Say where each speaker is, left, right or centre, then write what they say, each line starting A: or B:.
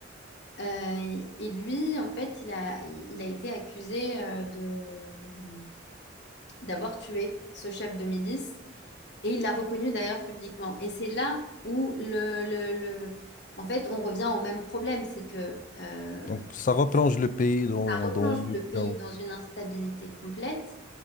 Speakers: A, on the left; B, on the left.
A: Euh, et lui, en fait, il a, il a été accusé euh, de, d'avoir tué ce chef de milice et il l'a reconnu d'ailleurs publiquement. Et c'est là où le, le, le- en fait, on revient au même problème, c'est que euh,
B: Donc, ça replonge le pays dans,
A: replonge
B: dans
A: le
B: le
A: pays
B: chaos.
A: dans une instabilité complète